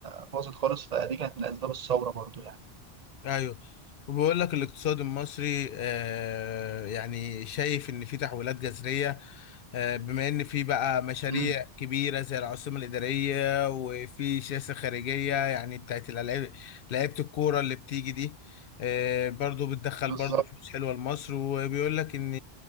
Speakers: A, on the right; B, on the left.
A: باظت خالص فدي كانت من اسباب الثوره برضه يعني
B: ايوه وبيقول لك الاقتصاد المصري آه يعني شايف ان في تحولات جذريه آه، بما ان في بقى مشاريع
A: امم
B: كبيره زي العاصمه الاداريه وفي سياسه خارجيه يعني بتاعت الالعاب لعيبه الكوره اللي بتيجي دي آه، برضو بتدخل
A: بالظبط
B: برضو فلوس حلوه لمصر وبيقول لك ان